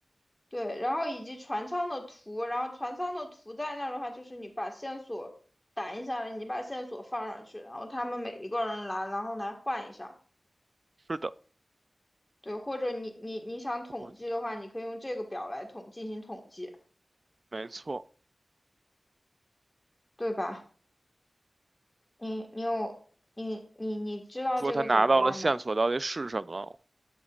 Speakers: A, on the left (about 15°); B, on the right (about 55°).
A: 对，然后以及船舱的图，然后船舱的图在那儿的话，就是你把线索打印下来，你把线索放上去，然后他们每一个人来，然后来换一下。
B: 是的，
A: 对，或者你你你想统计的话，
B: 我
A: 你可以用这个表来统进行统计，
B: 没错。
A: 对吧？你你有你你你知道这个怎么玩吗？
B: 说他拿到了线索到底是什么了